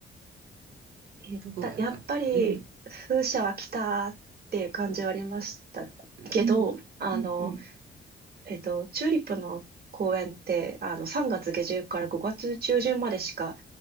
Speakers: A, on the right (about 50°); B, on the right (about 75°).
A: えったやっぱり風車は来たっていう感じはありましたけど、
B: どこが良かった？うん。うん。
A: あの、
B: うんうん。
A: えっと、チューリップの公園って、あの、3月下旬から5月中旬までしか